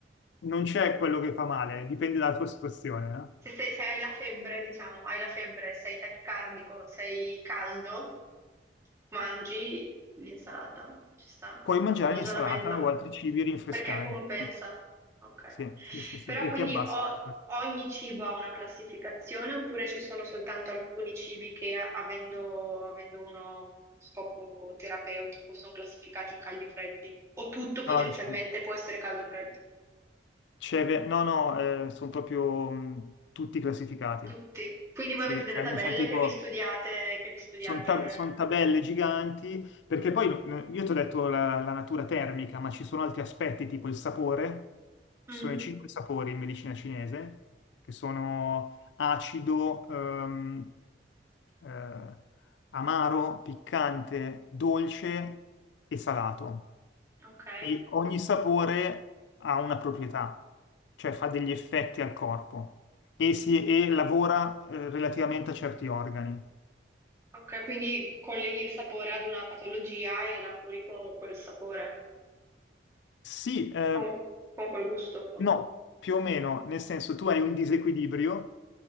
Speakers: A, on the left; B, on the right.
A: non c'è quello che fa male, dipende dalla tua situazione, no?
B: Se, se- se hai la febbre, diciamo, hai la febbre, sei tachicardico, sei caldo, mangi l'insalata, ci sta
A: Puoi mangiare
B: come ragionamento,
A: l'insalata o altri cibi rinfrescanti.
B: perché compensa. Ok.
A: Sì, sì, sì, sì,
B: Però
A: e
B: quindi
A: ti abbassano.
B: o- ogni cibo ha una classificazione oppure ci sono soltanto alcuni cibi che avendo, avendo uno scopo terapeutico sono classificati in caldi o freddi? O tutto potenzialmente
A: No, c'è-
B: può essere caldo o freddo?
A: c'è ve- no, no, eh, sono proprio mh, tutti classificati.
B: Tutti. Quindi voi
A: Sì,
B: avete delle
A: cioè,
B: tabelle
A: nel senso, tipo,
B: che vi studiate, che vi studiate.
A: Sono ta- son tabelle giganti, perché poi no, io ti ho detto la, la natura termica, ma ci sono altri aspetti, tipo il sapore. Ci
B: Mm,
A: sono i cinque sapori in medicina cinese, che sono acido, ehm, eh, amaro, piccante, dolce e salato.
B: ok.
A: E ogni sapore ha una proprietà, cioè fa degli effetti al corpo e, si- e lavora eh, relativamente a certi organi.
B: Ok, quindi colleghi il sapore ad una patologia e la curi con quel sapore,
A: Sì, eh,
B: con, con quel gusto. con-
A: No, più o meno, nel senso tu hai un disequilibrio